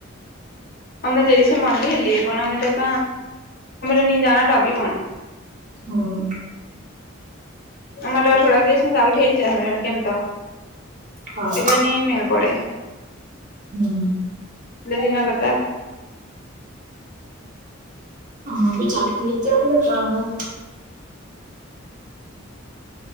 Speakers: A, on the left (about 45°); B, on the right (about 40°).
A: અમને તેરીસ મળરલી લે પના મેમે તો ત નની જાના ડબી પાણા.
B: હમ.
A: આમા તો થોડાક દિવસ માં ચાલુ કેમ તો
B: હા
A: એટલે નહિ મેડ પડે.
B: હમ.
A: અલે જીના કરતા.
B: હા બી ચાલુ થઇ જવાનુ પણ.